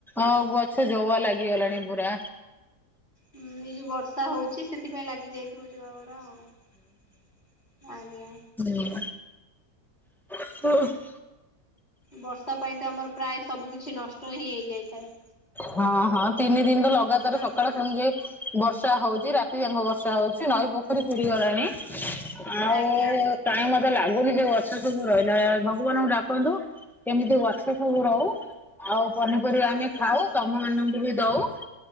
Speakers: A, in the centre; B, on the left.
A: ଆଉ ଗଛ ଜବା ଲାଗିଗଲାଣି ପୁରା।
B: ହଁ ଏ ଯୋଉ ବର୍ଷା ହଉଛି ସେଥିପାଇଁ ଲାଗି ଯାଇ ଠକୁ ଯିବା ପରା ଆଉ ଆଜ୍ଞା।
A: ହିଁ। ହଁ।
B: ବର୍ଷା ପାଇଁ ତ ଆମର ପ୍ରାୟ ସବୁ କିଛି ନଷ୍ଟ ହିଁ ହେଇଯାଇଥାଏ।
A: ହଁ ହଁ ତିନି ଦିନ୍ ତ ଲଗାତାର
B: ଆଜ୍ଞା
A: ସକାଳ ସଞ୍ଜ ଯାଏ। ବର୍ଷା ହଉଛି ରାତି ଯାଙ୍କ ବର୍ଷା ହଉଛି ନଈ ପୋଖରୀ ପୁରି ଗଲାଣି। ଆଉ।
B: ଆଜ୍ଞା
A: କାଇଁ ମତେ ଲାଗୁନି ସେ ଗଛ ସବୁ ରହିଲା ଭଳିଆ ଭଗବାନଙ୍କୁ ଡାକନ୍ତୁ। କେମିତି ଗଛ ସବୁ ରହୁ ଆଉ ପନିପରିବା ଆମେ
B: ଆଜ୍ଞା
A: ଖାଉ ତମ ମାନଙ୍କୁ ବି ଦଉ।